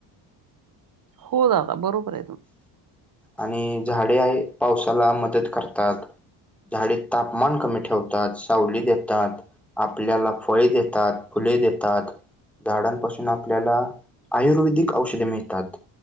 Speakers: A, on the right; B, in the centre.
A: हो दादा बरोबर आहे तुम
B: आणि झाडे आहे पावसाला मदत करतात. झाडे तापमान कमी ठेवतात सावली देतात. आपल्याला फळे देतात फुले देतात. झाडांपासून आपल्याला आयुर्वेदिक औषधे मिळतात.